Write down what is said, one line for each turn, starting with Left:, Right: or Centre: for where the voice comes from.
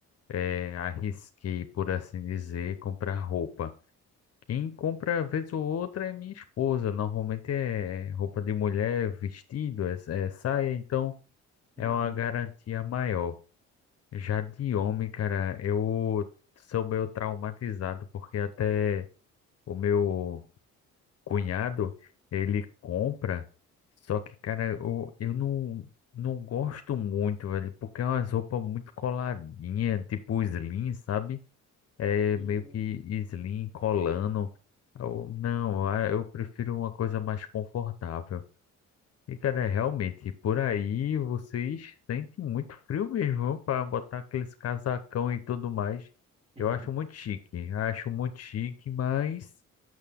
Left: eh, arrisquei, por assim dizer, comprar roupa. Quem compra vez ou outra é minha esposa. Normalmente é roupa de mulher, vestido, é, é saia, então
Right: Uhum.
Left: é uma garantia maior. Já de homem, cara, eu sou meio traumatizado porque até o meu cunhado, ele compra, só que, cara, eu, eu não, não gosto muito, velho, porque é umas roupas muito coladinhas, tipo slim, sabe? é
Right: Uhum.
Left: meio que slim, colando. Eu, não, ah, eu prefiro uma coisa mais confortável. E, cara, realmente, por aí vocês sentem muito frio mesmo <laughs> para botar aqueles casacão e tudo mais.
Right: Uhum.
Left: Eu acho muito chique, acho muito chique, mas